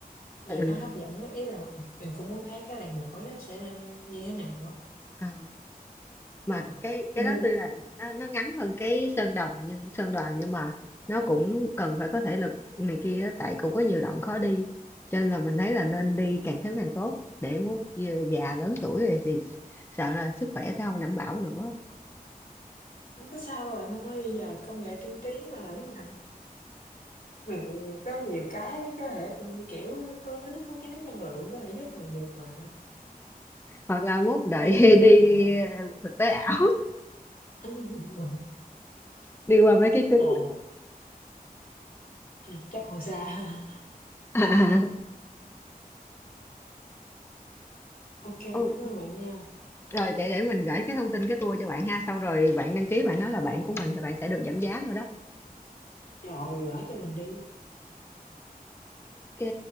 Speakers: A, on the left; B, on the left.
A: nghe
B: Ừ.
A: nó hấp dẫn á, ý là mình cũng muốn thấy cái làng nổi nó sẽ ra như thế nào á
B: À. mà
A: ồ
B: cái
A: <laughs>
B: cái
A: Ừ,
B: đó tuy là nó nó ngắn hơn cái sơn đồng nhưng sơn đoàn nhưng mà nó cũng cần phải có thể lực này kia á, tại cũng có nhiều đoạn khó đi cho nên là mình thấy là nên đi càng sớm càng tốt để mốt gi- già lớn tuổi rồi thì sợ là sức khỏe sẽ không đảm bảo nữa
A: không có sao đâu bạn ơi giờ công nghệ tiên tiến rồi mình có nhiều cái có thể kiểu có nước mấy cái nước năng lượng có thể giúp mình được mà
B: hoặc là mốt đợi
A: hy vọng
B: <laughs> đi ờ, thực tế ảo
A: <laughs>
B: <laughs> đi qua mấy cái kính
A: ồ Ừ, chắc còn xa <laughs>
B: <laughs> à,
A: ok
B: ô,
A: cảm ơn bạn nha
B: rồi để để mình gửi cái thông tin cái tour cho bạn ha xong rồi bạn đăng ký bạn nói là bạn của mình thì bạn sẽ được giảm giá nữa đó
A: rồi gửi cho mình đi
B: ok